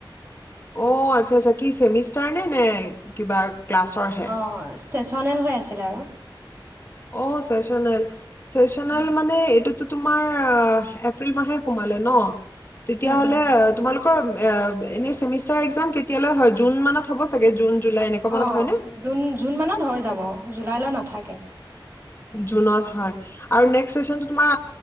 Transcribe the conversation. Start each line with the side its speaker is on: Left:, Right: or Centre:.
Left: অ আচ্ছা আচ্ছা কি চেমিষ্টাৰ নে নে কিবা ক্লাছৰহে
Right: অ' চেচনেল হৈ আছিলে আৰু।
Left: অ চেচনেল চেচনেল
Right: উম,
Left: মানে এইটো টো তোমাৰ এপ্ৰিল মাহে সোমালে ন তেতিয়াহ'লে
Right: উম।
Left: তোমালোক এনেয়ে চেমিষ্টাৰ একজাম কেতিয়ালৈ হয় জুন মানত হ'ব চাগে জুন জুলাই এনেকুৱা মানত
Right: অ
Left: হয়নে
Right: জুন জুন মানত হৈ যাব জুলাইলৈ নাথ াথাকে
Left: জুনত হয়। আৰু নেক্সট চেচন টো তোমাৰ